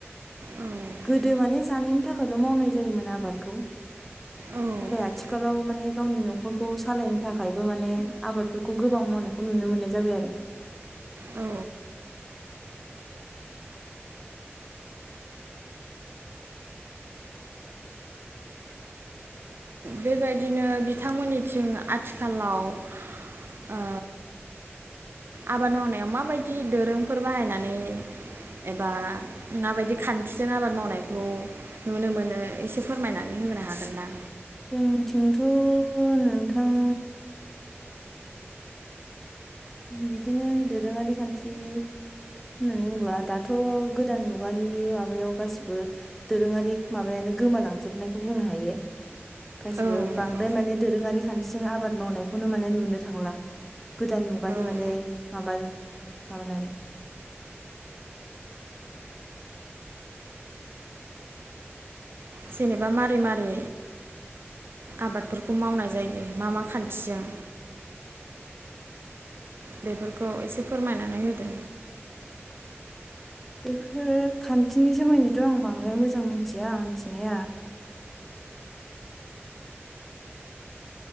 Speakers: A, on the right; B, in the centre.
A: औ
B: गोदो माने जानायनि थाखायल' मावनाय जायोमोन आबादखौ
A: औ
B: नाथाय आथिखालाव माने गावनि न'खरखौ सालायनो थाखायबो माने आबादफोरखौ गोबां मावनायखौ नुनो मोननाय जाबाय आरो।
A: औ बेबायदिनो बिथांमोननिथिं आथिखालाव ओ आबाद मावनायाव माबायदि दोरोमफोर बाहायनानै एबा माबायदि खान्थिजों आबाद मावनायखौ नुनो मोनो एसे फोरमायनानै होनो हागोन ना?
B: जोंथिंथ' नोंथां बिदिनो दोरोङारि खान्थि होननानै बुंङोब्ला दाथ' गोदान मुगानि माबायाव गासिबो दोरोङारि माबायानो गोमालांजोबनायखौ बुंनो हायो। गासिबो
A: औ नंगौ
B: बांद्राय माने दोरोङारि खानथिजों आबाद मावनायखौनो माने नुनो थांला। गोदान मुगानि
A: औ
B: माने माबा माबानानै
A: जेनेबा मारै मारै आबादफोरखौ मावनाय जायो मा मा खान्थिजों बेफोरखौ एसे फोरमायनानै होदो
B: बेफोरो खान्थिनि सोमोन्दैथ' आं बांद्राय मोजां मिथिया मिथिनाया